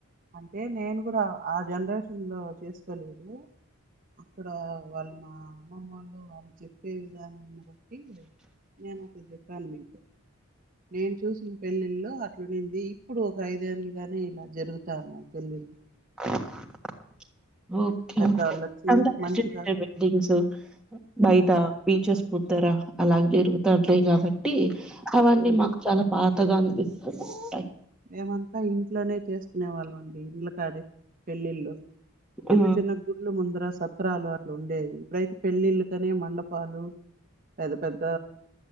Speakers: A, on the right; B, in the centre.
A: అంటే నేను కూడా ఆ జన్ రేషన్ లో చేసుకోలేదు అక్కడ వాళ్ళు మా అమ్మమ్ వాళ్ళు వాళ్ళు చెప్పే విధానాన్ని బట్టి నేను అక్కడ చెప్పాను మీకు నేను చూసిన పెళ్ళిళ్ళల్లో అట్లు నింది ఇప్పుడు ఒక ఐదేళ్ళలుగానే ఇలా జరుగుతా ఉన్నాయి పెళ్ళిళ్ళు
B: <unintelligible> ఓకే
A: పెద్దవాళ్ళు వచ్చి
B: అ
A: మంచిగా
B: బిల్డింగ్స్ బయట
A: ఆ,
B: బీచెస్ ముదరా అలా జరుగుతున్నాయి కాబట్టి అవన్నీ
A: ఉమ్,
B: మాకు చాలా పా కొత్తగా అనిపిస్తాది
A: మేమంత ఇంట్లోనే చేసుకునే వాళ్ళం అండి ఇండ్ల కాడే పెళ్ళిళ్ళు చిన్న
B: ఆ
A: చిన్న గుళ్ళ ముందు సత్రాలు అట్లా ఉండేవి ఇప్పుడైతే పెళ్ళిళ్ళుకనే మండపాలు పెద్ద పెద్ద